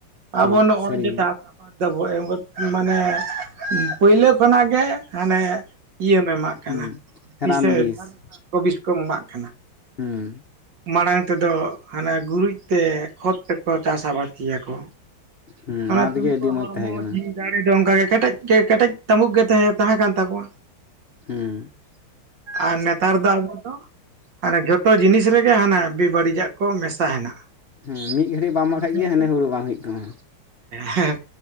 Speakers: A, on the left; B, on the right.
A: ᱴᱷᱤᱠ
B: ᱟᱵᱚ ᱱᱚᱜᱼᱚᱭ
A: ᱥᱟᱹᱨᱤᱜᱮ
B: ᱡᱮ ᱪᱟᱥ ᱟᱵᱟᱫ ᱫᱟᱵᱚ ᱮᱢ ᱢᱟᱱᱮ ᱯᱳᱭᱞᱟᱹ ᱠᱷᱚᱱᱟᱜ ᱜᱮ ᱦᱟᱱᱮ ᱤᱭᱟᱹᱢ ᱮᱢᱟᱜ ᱠᱟᱱᱟ
A: ᱦᱩᱸ ᱨᱟᱱ
B: ᱥᱟᱨ
A: ᱵᱤᱥ
B: ᱠᱚ ᱵᱤᱥ ᱠᱚᱢ ᱮᱢᱟᱜ ᱠᱟᱱᱟ
A: ᱦᱩᱸ
B: ᱢᱟᱲᱟᱝ ᱛᱮᱫᱚ ᱦᱟᱱᱮ ᱜᱩᱨᱤᱡ ᱛᱮ ᱠᱷᱚᱛ ᱛᱮᱠᱚ ᱪᱟᱥ ᱟᱵᱟᱫ ᱜᱮᱭᱟ ᱠᱚ
A: ᱦᱩᱸ
B: ᱚᱱᱟᱛᱮ
A: ᱚᱱᱟ ᱛᱮᱜᱮ
B: ᱩᱱᱠᱩᱣᱟᱜ
A: ᱟᱹᱰᱤ ᱢᱚᱸᱡᱽ
B: ᱦᱚᱲᱢᱚ
A: ᱛᱟᱦᱮᱸ ᱠᱟᱱᱟ
B: ᱡᱤᱣᱤ ᱫᱟᱲᱮ ᱫᱚ ᱚᱱᱠᱟᱜᱮ ᱠᱮᱴᱮᱡ ᱠᱮ ᱠᱮᱴᱮᱡ ᱛᱟᱢᱵᱩᱠ ᱜᱮ ᱛᱟᱦᱮᱸ ᱛᱟᱦᱮᱸ ᱠᱟᱱ ᱛᱟᱠᱚᱣᱟ
A: ᱦᱩᱸ
B: ᱟᱨ ᱱᱮᱛᱟᱨ ᱫᱚ ᱟᱵᱚ ᱫᱚ ᱦᱟᱱᱮ ᱡᱷᱟᱹᱯ ᱚᱛᱚ ᱡᱤᱱᱤᱥ ᱨᱮᱜᱮ ᱦᱟᱱᱟ ᱵᱮ ᱵᱟᱹᱲᱤᱡᱟᱜ ᱠᱚ ᱢᱮᱥᱟ ᱦᱮᱱᱟᱜᱼᱟ
A: ᱦᱮᱸ ᱢᱤᱫ ᱜᱷᱟᱹᱲᱤᱡ ᱵᱟᱢ ᱮᱢᱟᱜ
B: ᱡᱚᱢ
A: ᱠᱷᱟᱡ
B: ᱡᱚᱢ
A: ᱜᱮ ᱦᱟᱱᱮ
B: ᱛᱮ
A: ᱦᱩᱲᱩ ᱵᱟᱝ ᱦᱳᱭᱳᱜ ᱛᱟᱢᱟ
B: ᱦᱮᱸ